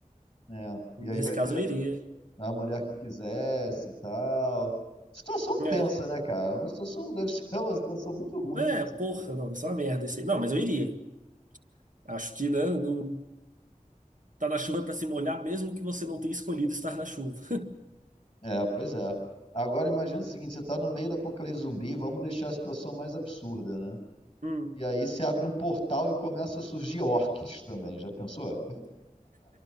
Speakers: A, on the left; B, on the right.
A: né? E
B: Nesse
A: aí vai
B: caso
A: ter
B: eu iria.
A: né, a mulher que quisesse e tal. Situação
B: É,
A: tensa, né, cara? Uma situação deve ser <laughs> uma situação muito ruim.
B: é
A: de se-
B: porra, não, isso é uma merda isso aí. Não, mas eu iria. Acho que né, não, tá na chuva é pra se molhar, mesmo que você não tenha escolhido estar na chuva. <laughs>
A: É, pois é. Agora imagina o seguinte, você está no meio da apocalipse zumbi, vamos deixar a situação mais absurda, né?
B: Hum.
A: E aí se abre um portal e começa a surgir orques também, já pensou? É.